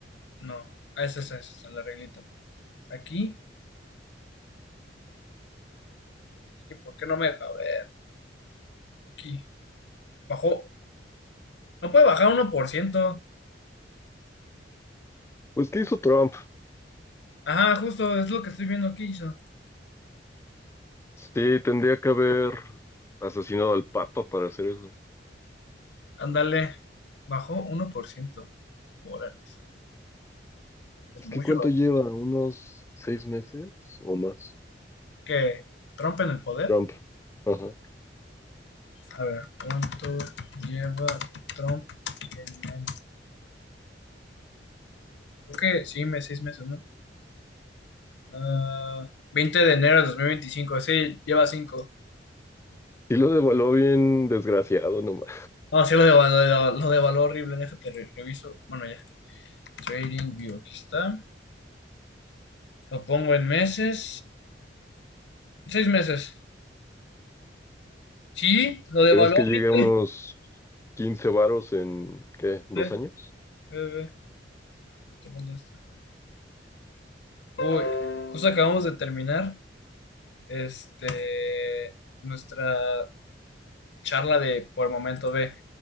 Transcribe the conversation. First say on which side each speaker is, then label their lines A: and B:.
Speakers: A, on the left; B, on the left.
A: No. Ah, esa, esa, esa, esa, la reglita. Aquí. Es que, ¿por qué no me deja ver? Aquí. Bajó. No puede bajar uno por ciento
B: pues ¿qué hizo Trump?
A: Ajá, justo, es lo que estoy viendo aquí. hizo.
B: Sí, tendría que haber asesinado al Papa para hacer eso.
A: Ándale. Bajó uno por ciento Órales. Es
B: Es
A: mucho.
B: que ¿cuánto lleva? ¿Unos seis meses o más?
A: que ¿Trump en el poder?
B: Trump. Ajá.
A: A ver, ¿cuánto lleva Trump en el... Creo que sí, me- seis meses, ¿no? Ah, 20 de enero de dos mil veinticinco Sí, lleva cinco
B: Sí lo devaluó bien desgraciado nomás.
A: No, sí, lo devaluó, lo devaluó, lo horrible en eso que re- reviso. Bueno, ya. Trading View, aquí está. Lo pongo en meses. Seis meses. Sí, lo devaluó
B: Pero es que
A: horrible.
B: llegue a unos 15 varos en, ¿qué? ¿Dos
A: Ve,
B: años?
A: ve, ve. Ya Te mando esto. Uy, justo acabamos de terminar este, nuestra charla de por momento B.